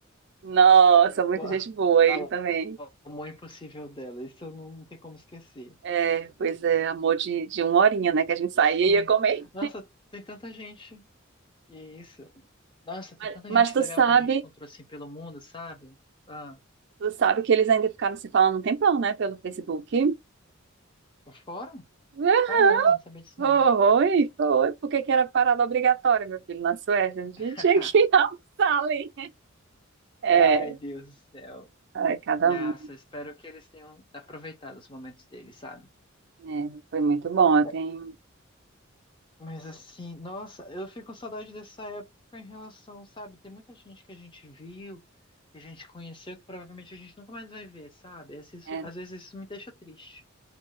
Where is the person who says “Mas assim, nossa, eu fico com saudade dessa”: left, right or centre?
Left